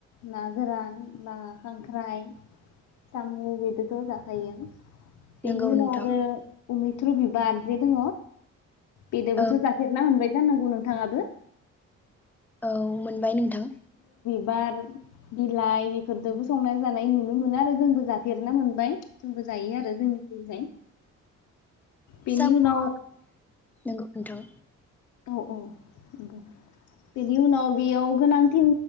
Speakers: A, on the left; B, in the centre.
A: ना गोरान, ना, खांख्राइ, साम' बेदथ' जाखायोनो। बेनि
B: नोंगौ
A: उनाव
B: नोंथां
A: आरो अमित्र' बिबारबो दङ बेदिबोथ'
B: औ
A: जाफेरनो मोनबाय जानांगौ नों थाङा दे।
B: औ मोनबाय नोंथां।
A: बिबार बिलाइ बेफोरजोंबो संना जानाय नुनो मोना आरो जोंबो जाफेरनो मोनबाय जोंबो जायो आरो जोंनिथिंजाय। बेनि
B: जाफुङा
A: उनाव
B: नोंगौ नोंथां
A: अ अ नंगौ बेनि उनाव बेयाव गोनांथि